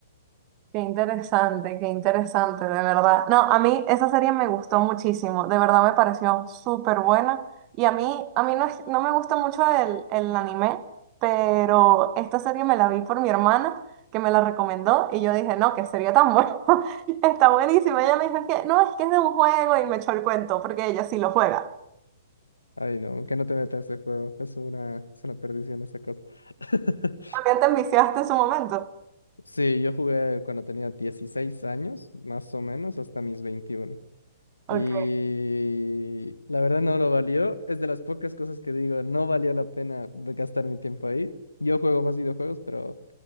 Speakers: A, on the right; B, on the left.
A: qué interesante, qué interesante, de verdad. No, a mí esa serie me gustó muchísimo, de verdad me pareció súper buena. Y a mí, a mí no, es- no me gusta mucho el, el anime, pero esta serie me la vi por mi hermana, que me la recomendó, y yo dije, no, qué serie tan buena, <laughs> está buenísima. Ella me dijo, "Es que, no, es que es de un juego, y me echó el cuento, porque ella sí lo juega.
B: Ay, no, que no te metas en ese juego. Es una, es una perdición esa cosa. <laughs>
A: También te enviciaste en su momento.
B: Sí, yo jugué cuando tenía 16 años, más o menos, hasta mis 21.
A: Ok.
B: Y la verdad no lo valió. Es de las pocas cosas que digo, no valió la pena de gastar mi tiempo ahí. Yo juego más videojuegos, pero